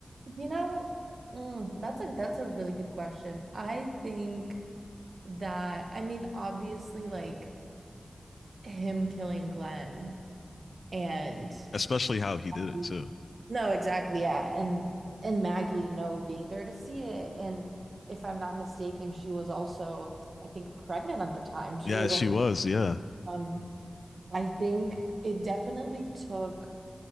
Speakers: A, on the right; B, on the left.
A: You know, mm, that's a that's a really good question. I think that I mean, obviously, like him killing Glenn and
B: Especially how he did
A: Mm-hmm.
B: it too.
A: no, exactly, yeah, and and Maggie, you know, being there to see it, and if I'm not mistaken, she was also, I think, pregnant at the time too.
B: Yeah, she was. Yeah.
A: Um, I think it definitely took